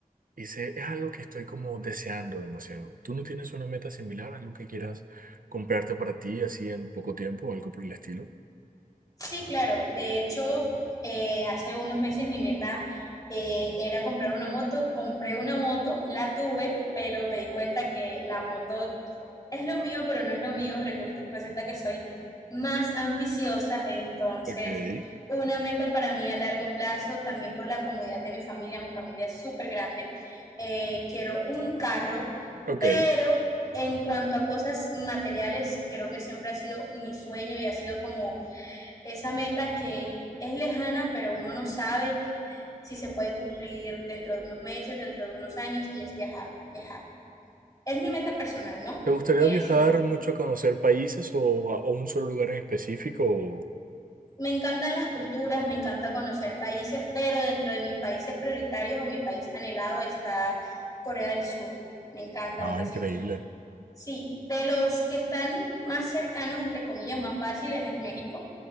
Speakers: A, on the right (about 70°); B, on the left (about 25°).
A: Y sé, es algo que estoy como deseando demasiado. ¿Tú no tienes una meta similar, algo que quieras comprarte para ti así en poco tiempo o algo por el estilo?
B: Sí, claro. De hecho, eh, hace unos meses mi meta eh, era comprar una moto. Compré una moto, la tuve, pero me di cuenta que la moto es lo mío, pero no es lo mío. Reculta- Resulta que soy más ambiciosa, entonces
A: Ok.
B: una meta para mí a largo plazo, también por la comodidad de mi familia, mi familia es súper grande, eh, quiero un carro,
A: Ok.
B: pero en cuanto a cosas materiales, creo que siempre ha sido mi sueño y ha sido como esa meta que es lejana, pero uno no sabe si se puede cumplir dentro de unos meses, dentro de unos años, y es viajar, viajar. Es mi meta personal, ¿no?
A: ¿Te gustaría
B: Ese
A: viajar
B: es,
A: mucho a conocer países o a, o un solo lugar en específico? o-
B: me encantan las culturas, me encanta conocer países, pero dentro de mis países prioritarios o mi país anhelado está Corea del Sur. Me encanta,
A: No,
B: me fascina.
A: increíble.
B: Sí, de los que están más cercanos, entre comillas, más fáciles es México,